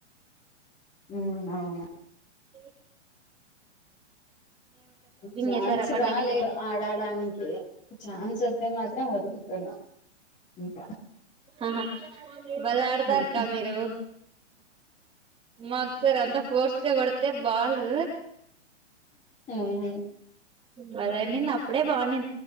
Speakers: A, on the left; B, on the right.
A: ఉ అవు
B: ఏ
A: ఛాన్స్
B: చేసారు ఆ పండక్కి
A: రాలేదు ఆడడానికి ఛాన్స్ వస్తే మాత్రం వదులుకోను అ
B: ఆహా బళ్ళ ఆడతారు
A: ఉమ్.
B: క మీరు మాకుసారి అంతా ఓర్స్క కొ అతే బాలు
A: ఉమ్,
B: బలా నింది అప్పుడే బాగుంది